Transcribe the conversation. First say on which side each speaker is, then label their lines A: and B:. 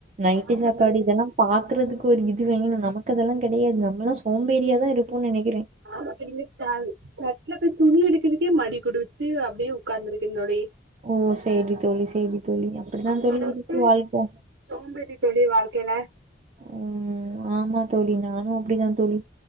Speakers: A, on the right; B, on the right.
A: நைட்டு
B: ஆமா
A: சாப்பாடு
B: தோழி.
A: இதெல்லா பாக்குறதுக்கு ப்ப ஒரு இது வேணு நமக்கு அதெல்லா கெடையாது நம்மளா சோம்பேரியா தா இருப்போ நெனக்கிறே
B: ஆமா <unintelligible> கத்துல போய் துணி எடுக்க்றக்கே மடி கொடுத்து அப்டியே உக்காந்துருக்க தோழி
A: ஓ சேரி தோழி சேரி தோழி அப்படிதான்
B: அந்த
A: தோழி
B: அளவுக்கு
A: இருக்கு வாழ்க்கை
B: சோம்பேறி தோழி வாழ்க்கையில
A: ம் ஆமா தோழி நானு அப்டிதா தோழி